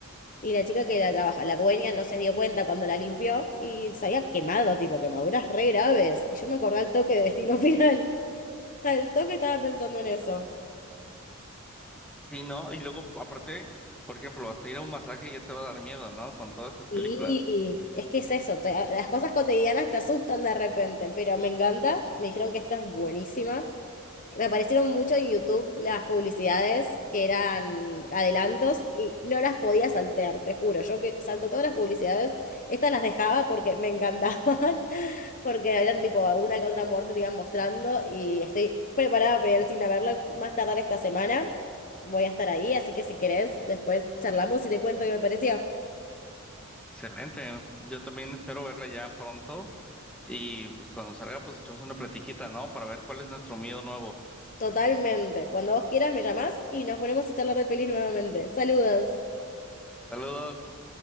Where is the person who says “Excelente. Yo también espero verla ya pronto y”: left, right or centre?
Centre